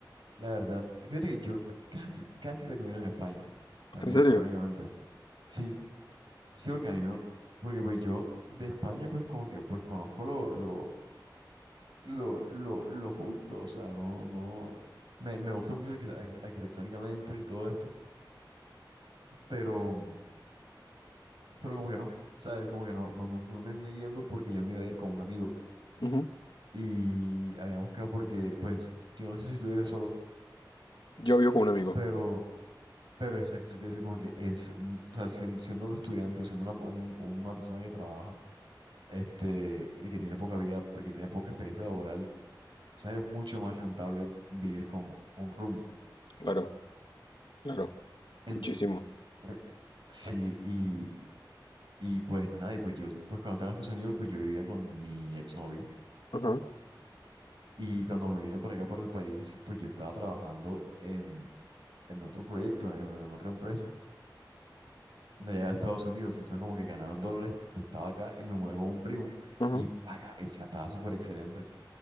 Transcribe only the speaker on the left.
¿En serio?
Ujú.
Yo vivo con un amigo.
Claro, claro.
Muchísimo.
Ajá,
ajá.